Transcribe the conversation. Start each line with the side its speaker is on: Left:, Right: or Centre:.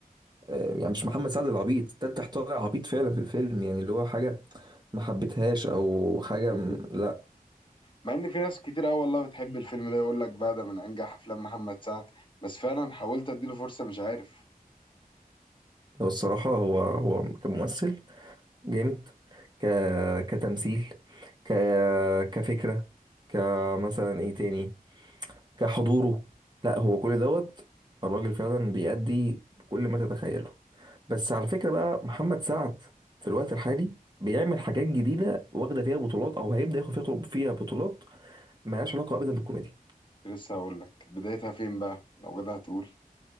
Right: آه، يعني مش محمد سعد العبيط تفتح طالع عبيط فعلا في الفيلم يعني اللي هو حاجة ما حبيتهاش أو حاجة
Left: <laughs>
Right: م- لا
Left: مع ان في ناس كتير قوي والله بتحب الفيلم ده يقول لك بقى ده من انجح افلام محمد سعد بس فعلا حاولت اديله فرصه مش عارف
Right: هو الصراحة هو هو كممثل جامد ك كتمثيل ك كفكرة كمثلا ايه تاني كحضوره لا هو كل دوت الراجل فعلا بيأدي كل ما تتخيله بس على فكرة بقى محمد سعد في الوقت الحالي بيعمل حاجات جديدة واخدة فيها بطولات أو هيبدأ ياخد فيها فيها بطولات مالهاش علاقة أبدا بالكوميديا
Left: لسه هقول لك بدايتها فين بقى لو جدع تقول